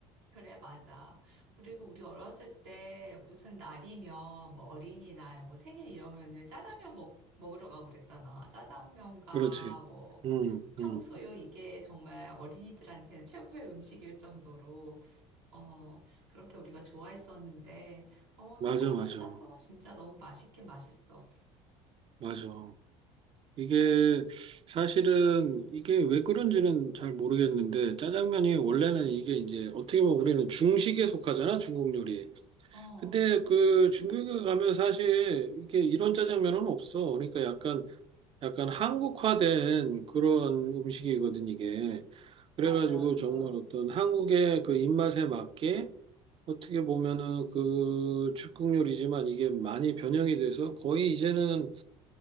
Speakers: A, on the right; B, on the right.
A: 그래, 맞아. 그리고 우리 어렸을 때 무슨 날이면 뭐 어린이날, 뭐 생일 이러면은 짜장면 먹, 먹으러 가고 그랬잖아. 짜장면과
B: 그렇지.
A: 뭐
B: 응,
A: 탕수육
B: 응.
A: 이게 정말 어린이들한테는 최고의 음식일 정도로, 어, 그렇게 우리가 좋아했었는데, 어, 짜장면
B: 맞아, 맞아.
A: 짬뽕은 진짜 너무 맛있긴 맛있어.
B: 맞아. 이게 사실은 이게 왜 그런지는 잘 모르겠는데 짜장면이 원래는 이게 이제 어떻게 보면 우리는 중식에 속하잖아 중국 요리에.
A: 어,
B: 근데 그 중국에 가면 사실 이게 이런 짜장면은 없어. 그러니까 약간 약간 한국화된 그런 음식이거든 이게. 그래가지고
A: 맞아.
B: 정말
A: 어.
B: 어떤 한국의 그 입맛에 맞게 어떻게 보면은 그 중국 요리지만 이게 많이 변형이 돼서 거의 이제는